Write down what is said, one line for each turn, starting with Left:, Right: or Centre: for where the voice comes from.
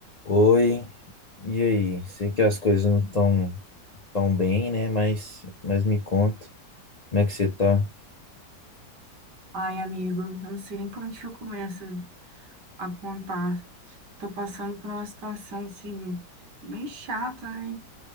Left: Oi, e aí? Sei que as coisas não estão tão bem, né? Mas, mas me conta, como é que você tá?
Right: Ai, amigo, eu não sei nem por onde que eu começo a contar. Tô passando por uma situação, assim, bem chata, né?